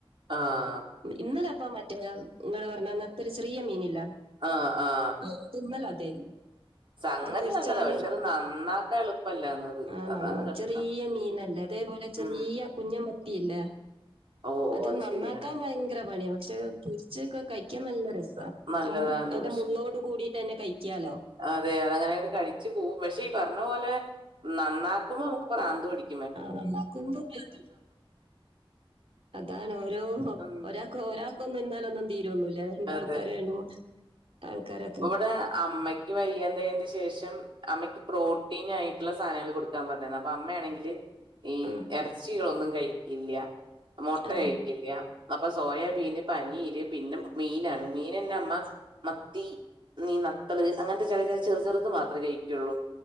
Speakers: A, on the right (about 60°); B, on the right (about 75°).
A: ആഹ്
B: ഇന്നലെയപ്പം മറ്റേ ഇങ്ങള് പറഞ്ഞെ നത്തോലി ചെറിയ മീനില്ലേ
A: ആഹ് ആഹ്
B: ആഹ് ഇന്നല്ലെ അതാരുന്നു
A: സംഗതി
B: പൊരിച്ചാല്
A: നല്ലതാ പക്ഷെ അത് നന്നാക്കാൻ എളുപ്പമല്ലാന്നത്
B: ആഹ്
A: അതാണ്
B: നന്ന്
A: കഷ്ടം
B: ചെറീയ മീനല്ലേ ഇതേപോലെ ചെറീയ
A: ഉം
B: കുഞ്ഞുമത്തിയില്ലേ
A: ഓ
B: അത് നന്നാക്കാൻ
A: ശെരിയാ.
B: ഭയങ്കര പണിയാ പക്ഷെ പോരിച്ചൊക്കെ കഴിക്കാൻ നല്ല രസാണ്
A: നല്ലതാണ്
B: ഉം അയിന്റെ
A: പക്ഷെ
B: മുള്ളോട് കൂടിതന്നെ കഴിക്ക്യാലോ
A: അതെ അത് അങ്ങനെയങ്ങ് കഴിച്ചപോകും പക്ഷെ ഈ പറഞ്ഞ പോലെ നന്നാക്കുമ്പോ നമ്മക്ക് പ്രാന്ത് ‌പിടിക്കും
B: ആഹ് നന്നാക്കുമ്പോ പ്രാന്ത് പിടിക്കും അതാണ് ഓരോ
A: ഉം.
B: ഒരാ ക്കോ ഒരാക്കൊനിന്നാലൊന്നും തീരോന്നില്ല രണ്ടാൾക്കാരോ
A: അതെ.
B: രണ്ട് മൂന്ന് ആൾക്കാര്
A: ഇവിടെ അമ്മയ്ക്ക് വയ്യണ്ടായേന് ശേഷം അമ്മക്ക് പ്രോട്ടീനായിട്ടുള്ള സാധനങ്ങൾ കൊടുക്കാൻ പറഞ്ഞാരുന്നു അപ്പൊ അമ്മയാണെങ്കില് ഈ
B: ഉം
A: ഇറച്ചികളൊന്നും കഴിക്കില്ല്യ മുട്ട
B: ആഹ്
A: കഴിക്കില്ല്യ അപ്പൊ സോയാബീന് പനീര് പിന്നെ മീനാണ് മീനന്നെ അമ്മ മത്തി നീ നത്തള് അങ്ങൻത്തെ ചെല ചെല ചെറു ചെറുത് മാത്രമേ കഴിക്കോള്ളൂ